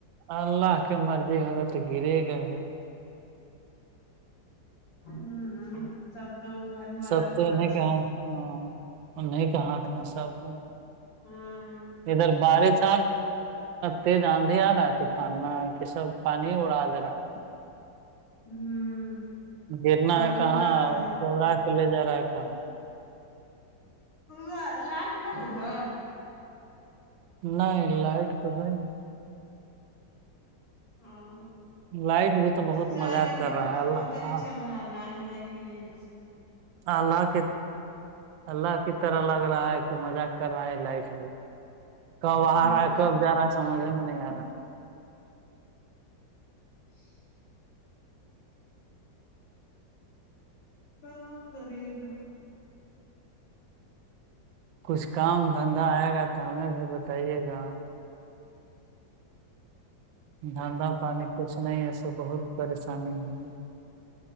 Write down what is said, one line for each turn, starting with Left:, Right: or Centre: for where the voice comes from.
Right: اللہ کے مرضی ہوگا تو گرے گا ہی
Left: ہوں ں سب تو اوپر ہی والا
Right: سب
Left: کی
Right: تو
Left: مرضی
Right: انہیں کے
Left: ہے
Right: ہاں انہیں کے ہاتھ میں سب ہے
Left: ہاں
Right: ادھر بارش تیز آندھی آ رہا ہے طوفان میں کہ سب پانی ہی اڑا دے رہا ہے
Left: ہوں
Right: گرنا
Left: وہی
Right: ہے کہاں
Left: بات ہے
Right: اور <unintelligible> لے جا رہا ہے کہاں
Left: <unintelligible>
Right: نہیں لائٹ <unintelligible>
Left: ہاں
Right: ہے لائٹ بھی تو بہت
Left: شاید
Right: مزاق
Left: انوٹر
Right: کر رہا ہے
Left: سے
Right: اللہ
Left: پتہ نہیں چل رہا لائت ہے کیا <unintelligible>
Right: اللہ کے اللہ کی طرح لگ رہا ہے تو مزاق کر رہا ہے لائٹ کب
Left: ہوں
Right: آ رہا ہے کب جا رہا ہے سمجھ میں نہیں آ رہا
Left: <inaudible> ہاں کرئیگا
Right: کچھ کام دھندہ آئے گا تو ہمیں بھی بتائیے گا دھندہ پانی کچھ نہیں سو بہت پریشانی ہے